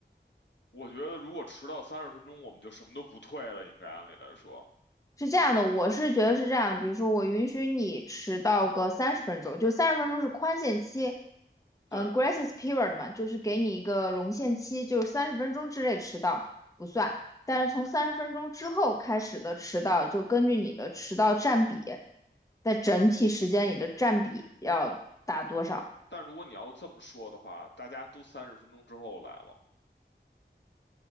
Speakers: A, on the left (about 75°); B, on the left (about 15°).
A: 我觉得如果迟到三十分钟，我们就什么都不退了，应该按理来说。
B: 是这样的，我是觉得是这样的。比如说我允许你迟到个三十分钟，就三十分钟是宽限期，嗯，grace
A: 对，
B: period 嘛，就是给你一个容限期，就是三十分钟之内迟到不算，但是从三十分钟之后开始的迟到，就根据你的迟到占比，在整体时间里的占比要打多少？
A: 但如果你要这么说的话，大家都三十分钟之后来了，